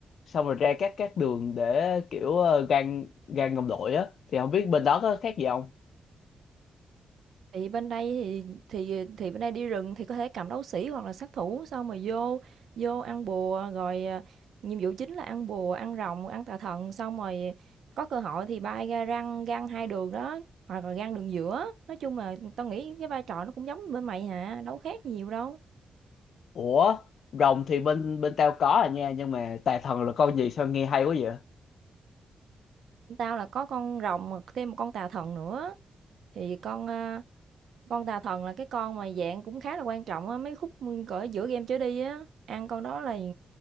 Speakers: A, on the left (about 60°); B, on the right (about 65°).
A: xong rồi ra các các đường để kiểu uh, gan gan đồng đội á thì không biết bên đó có khác gì không?
B: thì bên đây thì thì thì bên đây đi rừng thì có thể cầm đấu sĩ hoặc là sát thủ xong mà vô vô ăn bùa rồi à, nhiệm vụ chính là ăn bùa ăn rồng ăn tà thần xong rồi có cơ hội thì bay ra răng gan hai đường đó hoặc là gan đường giữa nói chung là tao nghĩ cái vai trò nó cũng giống như bên mày hả đâu khác gì nhiều đâu
A: Ủa rồng thì bên bên tao có à nha nhưng mà tà thần là con gì sao nghe hay quá vậy?
B: Bên tao là có con rồng mà thêm một con tà thần nữa thì con à, con tà thần là cái con mà dạng cũng khá là quan trọng á mấy khúc cỡ giữa game trở đi á ăn con đó là